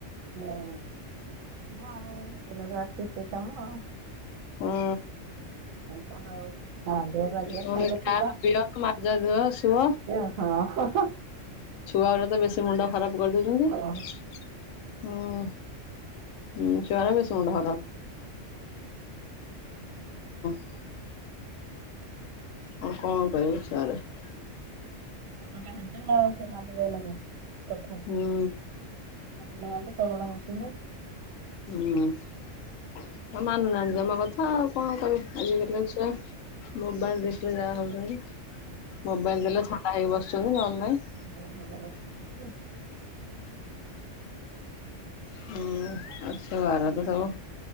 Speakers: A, on the right (about 90°); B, on the left (about 85°).
A: ହୁଁ <unintelligible> ତ କାମ ଆଉ ଦିନରେ ରାତି ସେଇ କାମ ଆଉ।
B: ହୁଁ।
A: ଏଇ ତ ଆଉ ରାନ୍ଧିବା <unintelligible>
B: ପୁଣି
A: ଖାଇବା
B: ଖାଅ
A: ପିଇବା
B: ପିଅ ମାଜ ଧୁଅ ଶୁଅ।
A: <unintelligible> ହଁ।
B: ଛୁଆ ଅରା ତ ବେଶୀ ମୁଣ୍ଡ ଖରାପ୍ କରିଦଉଚନ୍ତି
A: ଆଉ
B: ହୁଁ। ହୁଁ ଛୁଆ ଅର ବେଶୀ ମୁଣ୍ଡ <unintelligible> ଆଉ କଁ କହିବୁ <unintelligible>
A: <unintelligible> <unintelligible>
B: ହୁଁ ହୁଁ <unintelligible> ମାନୁ ନାହାନ୍ତି ଜମା କଥା ଆଉ। କଁ କରୁ ଆଜିକାଲି ଛୁଆ ମୋବାଇଲ୍ ଦେଖିଲେ ଯାହା ହଉଚନ୍ତି। ମୋବାଇଲ୍ ଦେଲେ <unintelligible> ହେଇକି ବସୁଛନ୍ତି ନହେଲେ ନାଇଁ।
A: <unintelligible>
B: ହୁଁ <unintelligible> ସବୁ।